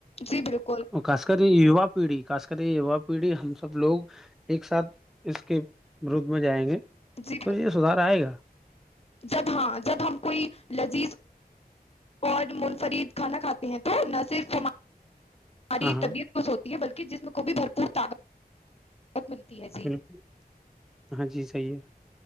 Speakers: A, on the left; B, in the centre.
A: جی بالکل
B: ا خاص کر یوا پیڑھی خاص کر یہ یوا پیڑھی ہم سب لوگ ایک ساتھ اس کے مرود میں جائیں گے
A: جی
B: تو یہ سدار آئے گا
A: جب ہاں جب ہم کوئی لذیذ اور منفرد کھانا کھاتے ہیں تو نہ صرف ہم ہماری
B: ہاں ہاں
A: طبیعت ب س ہوتی بلکہ جسم کو بھی بھرپور طاقت ملتی ہے جی
B: بالکل ہاں جی صحیح ہے